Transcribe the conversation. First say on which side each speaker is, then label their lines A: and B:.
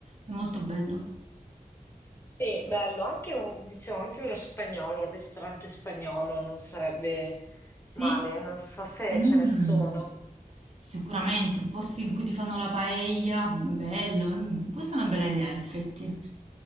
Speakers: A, on the right; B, on the left.
A: È molto bello.
B: Sì, bello, anche un, diciamo, anche uno spagnolo, un ristorante spagnolo non sarebbe
A: Sì,
B: male, non so se
A: Mm.
B: ce ne sono.
A: Sicuramente, posti in cui ti fanno la paella, bello, mm. Questa è una bella idea, in effetti.